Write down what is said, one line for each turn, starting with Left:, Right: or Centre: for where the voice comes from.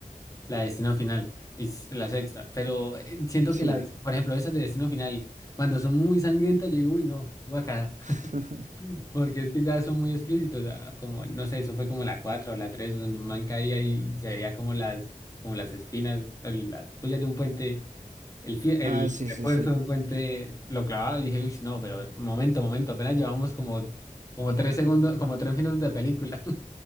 Left: la de Destino Final, es la sexta, pero eh, siento
Right: Sí.
Left: que las, por ejemplo, esas de Destino Final, cuando son muy sangrientas, yo digo, uy, no, guacala,
Right: <laughs>
Left: <laughs> porque es que ya son muy explícitos, ah, como, no sé, eso fue como la 4 o la 3 donde un man caía y se veía como las, como las espinas, o las pullas de un puente el, fie- el
Right: Ah, sí,
Left: refuerzo
Right: sí, sí.
Left: de un puente lo clavaba y dije, uy, no, pero momento, momento, apenas llevamos como, como tres segundos, como tres minutos de película.